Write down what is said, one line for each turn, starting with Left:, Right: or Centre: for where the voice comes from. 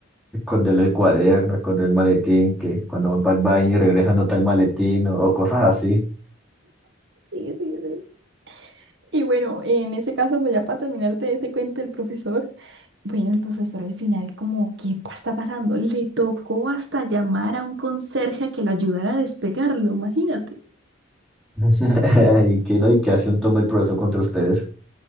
Centre: esconderle el cuaderno, esconder el maletín, que cuando van para el baño y regresan no está el maletín o o cosas así.
Right: Sí, sí, sí. Y bueno, en ese caso, pues ya para terminarte ese cuento del profesor. Bueno, el profesor al final como, ¿qué pa- está pasando? Le tocó hasta llamar a un conserje a que lo ayudara a despegarlo, imagínate.
Centre: <laughs> ¿Y qué, no? ¿Y qué acción tomó el profesor contra ustedes?